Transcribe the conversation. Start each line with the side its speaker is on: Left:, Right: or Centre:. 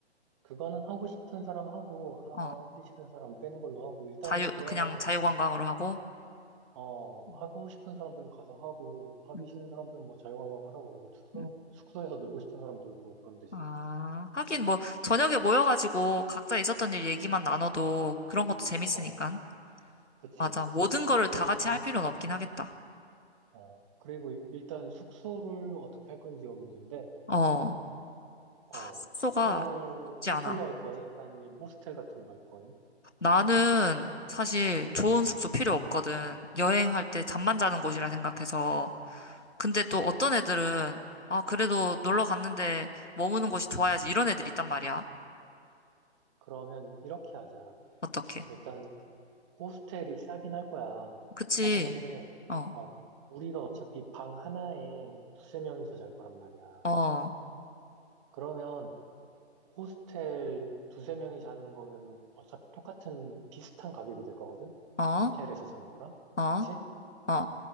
Right: 그거는 하고 싶은 사람 하고
Left: 어.
Right: 하기 싫은 사람 빼는 걸로 하고 일단
Left: 자유,
Right: 그 다음에는
Left: 그냥 자유관광으로 하고.
Right: 어,
Left: 음,
Right: 하고 싶은 사람들은 가서 하고 하기
Left: 음,
Right: 싫은 사람들은 뭐 자유관광 하라고 그러고 숙소,
Left: 음.
Right: 숙소에서 놀고 싶은 사람 놀고 그러면 되지.
Left: 아, 하긴 뭐 저녁에 모여가지고 각자 있었던 일 얘기만 나눠도 그런 것도 재밌으니까.
Right: 어, 그치.
Left: 맞아. 모든 거를
Right: 그러고,
Left: 다 같이 할 필요는 없긴 하겠다.
Right: 어, 그리고 이- 일단 숙소를 어떻게 할 건지가 문제인데,
Left: 어,
Right: 어,
Left: 숙소가
Right: 숙소
Left: 쉽지
Right: 호텔로
Left: 않아.
Right: 할 거임? 아니면 호스텔 같은 거 할 거임?
Left: 나는 사실 좋은 숙소 필요 없거든. 여행할 때 잠만 자는 곳이라 생각해서. 근데 또 어떤 애들은 아, 그래도
Right: 네.
Left: 놀러 갔는데 머무는 곳이 좋아야지 이런 애들 있단 말이야.
Right: 그러면 이렇게 하자.
Left: 어떻게?
Right: 일단 호스텔이 싸긴 할 거야.
Left: 그치?
Right: 싸긴 한데,
Left: 어,
Right: 어, 우리가 어차피 방 하나에 두세 명이서 잘 거란 말이야.
Left: 어,
Right: 그러면 호스텔 두세 명이 자는 거면은 어차피 똑같은 비슷한 가격이 될 거거든?
Left: 어,
Right: 호텔에서 자는 거랑?
Left: 어,
Right: 그치?
Left: 어,